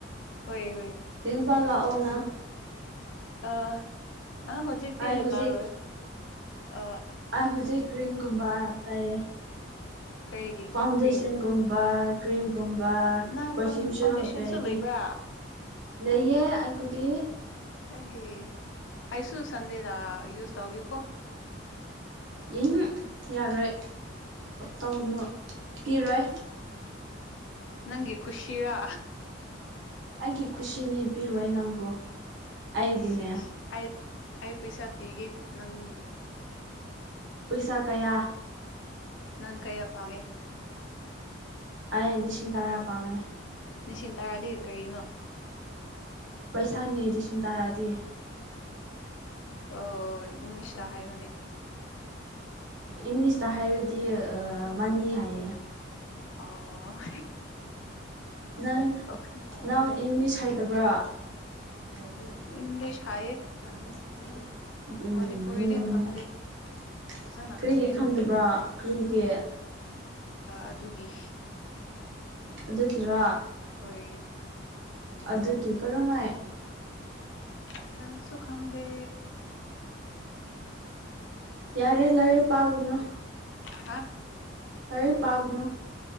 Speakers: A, on the left (about 70°); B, on the right (about 65°).
A: ꯍꯣꯏ ꯍꯣꯏ <unintelligible>
B: ꯇꯦꯡꯕꯂꯥ ꯑꯣꯅ
A: ꯑ ꯑ ꯍꯧꯖꯤꯛꯇꯤ
B: ꯑꯩ
A: ꯏ
B: ꯍꯧꯖꯤꯛ
A: ꯂꯔꯣꯏ ꯑ
B: ꯑꯩ ꯍꯧꯖꯤꯛ ꯀ꯭ꯔꯤꯡꯒꯨꯝꯕ ꯇꯩꯏꯌꯦ
A: ꯀꯔꯤꯒꯤ
B: ꯐꯥꯎꯟꯗꯦꯁꯟꯒꯨꯝꯕ
A: ꯀ꯭ꯔꯤꯝ
B: ꯀ꯭ꯔꯤꯝꯒꯨꯝꯕ
A: ꯅꯪ
B: ꯄꯔꯐꯤꯌꯨꯝꯁꯨ
A: ꯐꯥꯎꯟ ꯐꯥꯎꯟꯗꯦꯁꯟꯁꯨ
B: ꯍꯥꯞꯄꯦ ꯍꯥꯏꯗꯤ
A: ꯂꯩꯕ꯭ꯔꯥ
B: ꯂꯩꯌꯦ ꯑꯩꯈꯣꯏꯗꯤ
A: ꯑꯩ ꯑꯩꯁꯨ ꯁꯟꯗꯦꯗ ꯌꯨꯁ ꯇꯧꯒꯦꯀꯣ
B: ꯎꯝ ꯌꯥꯔꯣꯏ ꯇꯧꯅꯣ ꯄꯤꯔꯣꯏ
A: ꯅꯪꯒꯤ ꯈꯨꯁꯤꯔ
B: ꯑꯩꯒꯤ ꯈꯨꯁꯤꯅꯦ ꯄꯤꯔꯣꯏ ꯅꯪꯕꯨ ꯑꯩꯒꯤꯅꯦ
A: ꯁꯤꯁ ꯑꯩ ꯑꯩ ꯄꯩꯁꯥ ꯄꯤꯒꯦ ꯅꯪꯕꯨ
B: ꯄꯩꯁꯥ ꯀꯌꯥ
A: ꯅꯪ ꯀꯩꯌꯥ ꯄꯥꯝꯃꯦ
B: <inaudible> ꯑꯩ ꯂꯤꯁꯤꯡ ꯇꯔꯥ ꯄꯥꯝꯃꯦ
A: ꯂꯤꯁꯤꯡ ꯇꯥꯔꯗꯤ ꯀꯔꯤꯅꯣ
B: ꯄꯩꯁꯥꯅꯦ ꯂꯤꯁꯤꯡ ꯇꯔꯥꯗꯤ
A: ꯑꯣ ꯏꯪꯂꯤꯁꯇ ꯍꯥꯏ ꯌꯣꯅꯦ
B: ꯏꯪꯂꯤꯁꯇ ꯍꯥꯏꯔꯗꯤ ꯃꯅꯤ ꯍꯥꯏꯌꯦ
A: ꯑꯣ <unintelligible>
B: ꯅꯪ
A: ꯑꯣꯀꯦ
B: ꯅꯪ ꯏꯪꯂꯤꯁ ꯍꯩꯇꯕ꯭ꯔꯥ <unintelligible>
A: ꯏꯪꯂꯤꯁ ꯍꯥꯏꯌꯦ
B: ꯎꯝ <unintelligible>
A: ꯃꯅꯤꯄꯨꯔꯤꯗꯤ ꯈꯪꯗꯦ ꯐꯖꯅ
B: ꯀꯔꯤꯒꯤ
A: ꯈꯪꯗꯦ
B: ꯈꯪꯗꯕ꯭ꯔꯥ ꯀꯔꯤꯒꯤ
A: ꯑꯗꯨꯒꯤ
B: ꯑꯗꯨꯒꯤꯔꯣ
A: ꯍꯣꯏ
B: ꯑꯗꯨꯒꯤ ꯀꯔꯝꯃꯥꯏ
A: <unintelligible> ꯁꯨꯈꯪꯗꯦ
B: ꯌꯥꯔꯦ ꯂꯥꯔꯦ ꯄꯥꯒꯨꯅꯣ
A: ꯍꯥ
B: ꯂꯔꯤ ꯄꯥꯒꯨꯅꯣ